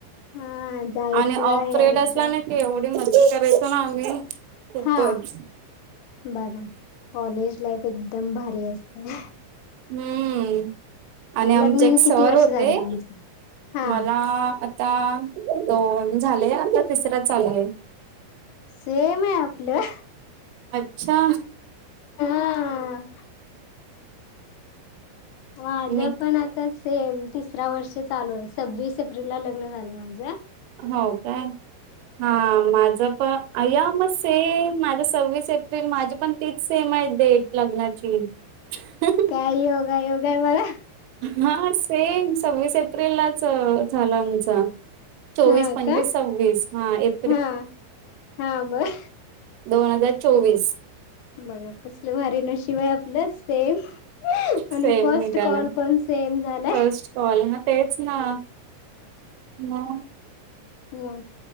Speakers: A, on the left; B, on the right.
A: हा जायचं
B: आणि ऑफ पिरेड
A: यायचं.
B: असला ना एवढी मदत करायचो ना आम्ही खूपच
A: हा बघा कॉलेज लाईफ एकदम भारी असत्या.
B: हम्म आणि आमचे
A: लग्न होऊन
B: एक सर
A: किती वर्ष
B: होते
A: झालं तुमचं? हा
B: मला आ ता दोन झाले आता तिसर चालू हे.
A: सेम आहे आपलं.
B: अच्छा.
A: हा माझं
B: मी
A: पण आता सेम तिसरा वर्ष चालू आहे सव्वीस एप्रिल ला लग्न झालंय माझं.
B: हो काय हा माझ प आया मग सेम माझं सव्वीस एप्रिल माझी पण तीच सेम आहे डेट लग्नाची. <unintelligible>
A: काय योगा योगा आहे मला.
B: हा सेम सव्वीस एप्रिल लाच झाल आमचा. चोवीस,
A: हा
B: पंचवीस,
A: का?
B: सव्वीस, हा ऐप
A: हा हा बर.
B: दोन हजार चोवीस.
A: बघा कसलं भारी नशिब हाय आप आपल सेम
B: सेम
A: आणि फर्स्ट
B: निघाला
A: कॉल पण सेम झालाय.
B: फर्स्ट कॉल आहे ना तेच ना. मग,
A: हम्.